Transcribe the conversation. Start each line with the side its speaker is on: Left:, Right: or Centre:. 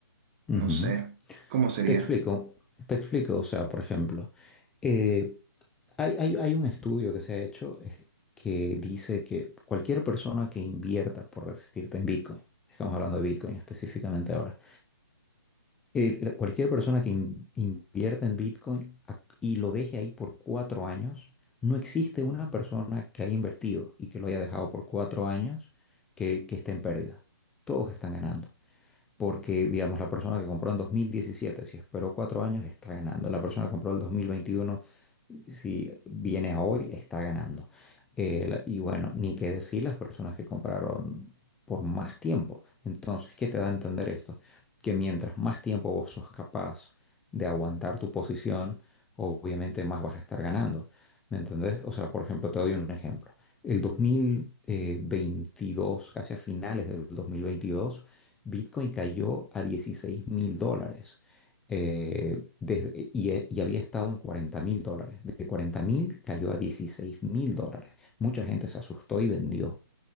Centre: ujú.
Right: no sé, ¿cómo sería?
Centre: Te explico, te explico, o sea, por ejemplo. eh, Hay, hay- hay un estudio que se ha hecho eh, que dice que cualquier persona que invierta, por decirte, en Bitcoin, estamos hablando de Bitcoin específicamente ahora, eh, la- cualquier persona que in- invierta en Bitcoin a- y lo deje ahí por cuatro años, no existe una persona que haya invertido y que lo haya dejado por cuatro años que, que esté en pérdida. Todos están ganando porque, digamos, la persona que compró en dos mil diecisiete si esperó cuatro años, está ganando. La persona que compró el dos mil veintiuno si viene a hoy, está ganando. Eh, la- y bueno, ni qué decir las personas que compraron por más tiempo. Entonces, ¿qué te da a entender esto? Que mientras más tiempo vos sos capaz de aguantar tu posición, obviamente más vas a estar ganando. ¿Me entendés? O sea, por ejemplo, te doy un ejemplo. El dos mil eh, veintidós casi a finales del dos mil veintidós Bitcoin cayó a dieciséis mil dólares eh, desde- y, eh, y había estado en cuarenta mil dólares. De cuarenta mil cayó a 16 mil dólares. Mucha gente se asustó y vendió.